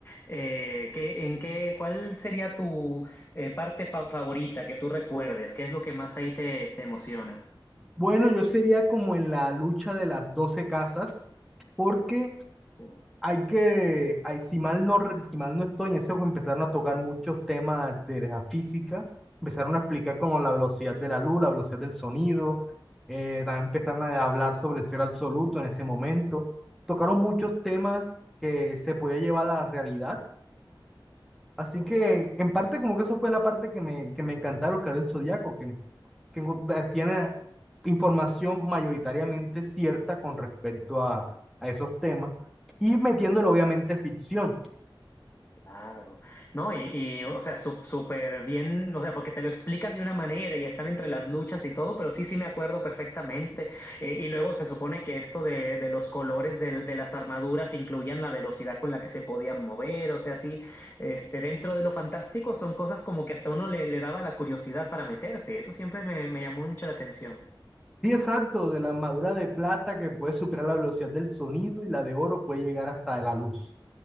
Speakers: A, on the left; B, in the centre.
A: Eh, ¿qué- en qué, cuál sería tu eh, parte fa- favorita que tú recuerdes? ¿Qué es lo que más ahí te, te emociona?
B: Bueno, yo sería como en la lucha de las 12 casas, porque
A: Oh,
B: Hay que, hay- si mal no, re- si mal no estoy en ese, juego, empezaron a tocar muchos temas de la física, empezaron a explicar como la velocidad de la luz, la velocidad del sonido, eh, también empezaron a hablar sobre el ser absoluto en ese momento. Tocaron muchos temas que se podía llevar a la realidad. Así
A: oh.
B: que, en parte, como que eso fue la parte que me, que me encantaba de los Caballeros del Zodíaco, que enco- decían eh, información mayoritariamente cierta con respecto a, a esos temas y metiéndole obviamente ficción.
A: Claro, no, y, y, o sea, su- súper bien, o sea, porque te lo explican de una manera y están entre las luchas y todo, pero sí, sí me acuerdo perfectamente. Eh, y luego se supone que esto de, de los colores del- de, las armaduras incluían la velocidad con la que se podían mover, o sea, sí, este, dentro de lo fantástico son cosas como que hasta uno le, le daba la curiosidad para meterse, eso siempre me, me llamó mucho la atención.
B: Sí, exacto, de la armadura de plata que puede superar la velocidad del sonido y la de oro puede llegar hasta la luz.